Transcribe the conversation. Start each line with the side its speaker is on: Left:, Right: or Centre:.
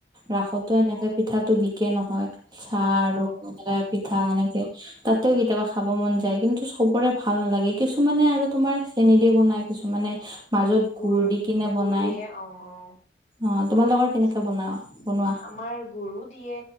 Right: ৰাসতো
Left: অ
Right: এনেকে পিঠাটো বিকে নহয়। চাহ
Left: অ
Right: আৰু
Left: অ
Right: এনেকা পিঠা
Left: অ
Right: এনেকে তাতেও
Left: অ
Right: কেতিয়াবা খাব মন যায় কিন্তু চবৰে ভাল নালাগে কিছুমানে আৰু তোমাৰ চেনি দি বনাই, কিছুমানে মাজত
Left: গুৰ
Right: দি কিনে বনাই
Left: গুৰ দিয়ে অ অ। আমাৰ
Right: অ তোমালোকৰ কেনেকে বনাও বনোৱা
Left: গুৰো দিয়ে,